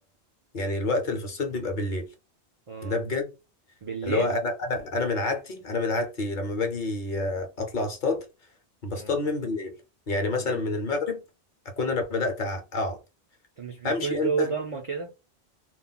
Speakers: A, on the left; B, on the right.
A: يعني الوقت اللي في الصيد بيبقى بالليل
B: اه
A: ده بجد
B: بالليل
A: اللي هو انا انا انا من عادتي انا من عادتي لما باجي آه، اطلع اصطاد بصطاد
B: مم.
A: من بالليل يعني مثلا
B: بال...
A: من المغرب اكون انا بدات أع- اقعد
B: طب مش بيكون
A: امشي
B: الجو
A: امتى
B: ضلمه كده